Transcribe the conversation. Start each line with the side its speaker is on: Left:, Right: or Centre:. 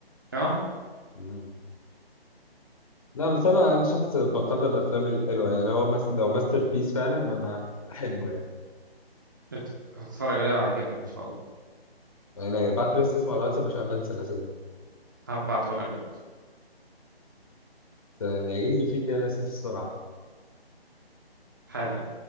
Right: اه
Left: مم. لا بس انا انا شخص بقدر الافلام الحلوه يعني هو مس... لو ماستر بيس فعلا انا احبه يعني
Right: ات- هتتفرج عليه وهيعجبك ان شاء الله
Left: انا بعت بس اسمه على الواتساب عشان بنسى الاسامي
Right: هبعته لك دلوقتي
Left: بس يعني يعجبني فيه كده الاسامي السرعه
Right: حالا